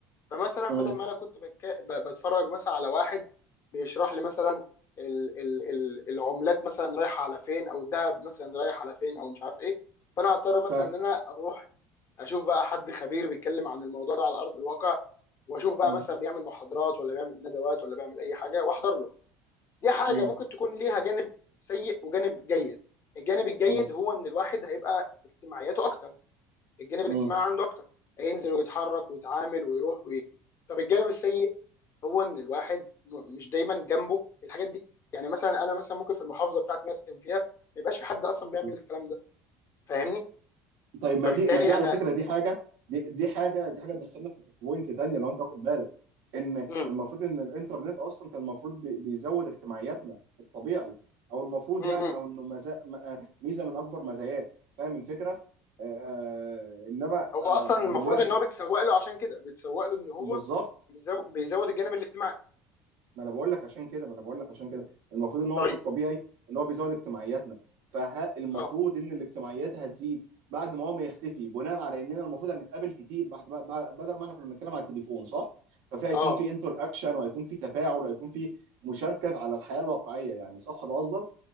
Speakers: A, on the left; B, on the right.
A: فمثلا
B: مم.
A: بدل ما انا كنت بك... ب- بتفرج مثلا على واحد بيشرح لي مثلا ال... ال... ال... العملات مثلا رايحه على فين او الذهب مثلا رايح على فين او مش عارف ايه فانا هضطر مثلا
B: ف اه
A: ان انا اروح اشوف بقى حد خبير بيتكلم عن الموضوع ده على ارض الواقع واشوف بقى
B: اه
A: مثلا بيعمل محاضرات ولا بيعمل ندوات ولا بيعمل اي حاجه واحضر له دي حاجه
B: اه
A: ممكن تكون ليها جانب سيء وجانب جيد الجانب الجيد
B: اه
A: هو ان الواحد هيبقى اجتماعياته اكتر الجانب الاجتماعي
B: آه.
A: عنده اكتر هينزل ويتحرك ويتعامل ويروح ويجي طب الجانب السيء هو ان الواحد م- مش دايما جنبه الحاجات دي يعني مثلا انا مثلا ممكن في المحافظه بتاعتي اللي أنا ساكن فيها ما يبقاش في حد اصلا بيعمل
B: آه.
A: الكلام ده فاهمني
B: طيب ما
A: فبالتالي
B: دي ما دي على
A: انا
B: فكره دي حاجه دي دي حاجه دي حاجه تدخلنا في في بوينت تانية لو انت واخد بالك ان
A: مم.
B: المفروض ان الانترنت اصلا كان المفروض بي- بيزود اجتماعياتنا الطبيعي او المفروض
A: مم.
B: يعني او انه مزا... م- آه، ميزه من اكبر مزاياه فاهم الفكره؟ آه آه، انما
A: هو
B: آه
A: اصلا المفروض
B: دلوقتي
A: ان هو بيتسوق له عشان كده بيتسوق له ان هو
B: بالظبط
A: بيزو- بيزود الجانب الاجتماعي
B: ما انا بقول لك عشان كده ما انا بقول لك عشان كده المفروض ان هو
A: طيب
B: في الطبيعي ان هو بيزود اجتماعياتنا فالمفروض
A: اه
B: ان الاجتماعيات هتزيد بعد ما هو ما يختفي بناء على اننا المفروض هنتقابل كتير بعد ما- بعد- بدل ما احنا كنا بنتكلم على التليفون صح ففي هيكون
A: اه
B: في انتر اكشن وهيكون في تفاعل وهيكون في مشاركه على الحياه الواقعيه يعني صح ده قصدك؟